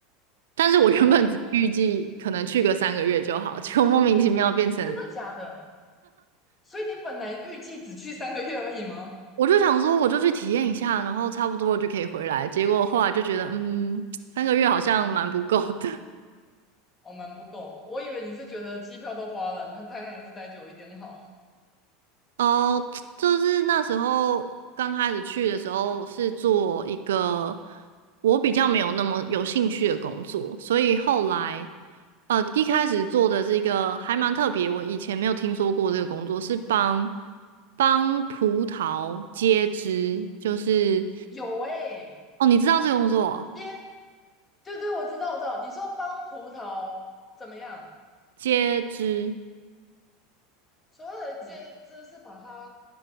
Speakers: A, on the right; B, on the left.
A: 但是我原本只预计可能去个三个月就好，
B: 哦，
A: 结果莫名其妙变成，
B: 真的假的？所以你本来预计只去三个月而已吗？
A: 我就想说我就去体验一下，然后差不多了就可以回来，结果后来就觉得，嗯，三个月好像蛮不够的。
B: 哦，蛮不够的。我以为你是觉得机票都花了，那当然还是待久一点好。
A: 哦，就是那时候刚开始去的时候是做一个我比较没有那么有兴趣的工作，所以后来呃一开始做的是一个还蛮特别，我以前没有听说过这个工作，是帮帮葡萄接枝，就是
B: 有诶、
A: 哦，你知道这个工作哦
B: 天对对，我知道，我知道。你说帮葡萄怎么样？
A: 接枝。
B: 所有的嗯，介质是把它